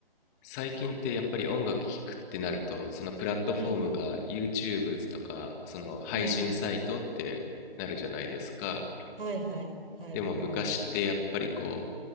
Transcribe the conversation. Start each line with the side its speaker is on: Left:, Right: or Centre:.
Left: 最近ってやっぱり音楽聴くってなるとそのプラットフォームが
Right: うん、
Left: YouTube とかその配信サイトってなるじゃないですか
Right: うん。はいはい。はい、
Left: でも昔ってやっぱりこ
Right: わかります。